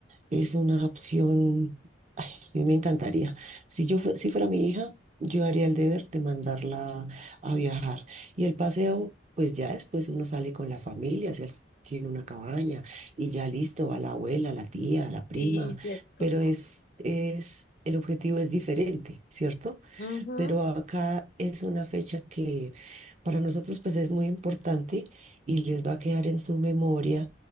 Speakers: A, on the right (about 35°); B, on the left (about 45°).
A: es una opción, ay, a mí me encantaría. Si yo fue- si fuera mi hija, yo haría el deber de mandarla a viajar. Y el paseo, pues ya después uno sale con la familia, se alquila una cabaña y ya listo, va la abuela, la tía, la prima,
B: Sí, cierto.
A: pero es, es, el objetivo es diferente, ¿cierto?
B: Ujú,
A: pero acá es una fecha que para nosotros pues es muy importante y les va a quedar en su memoria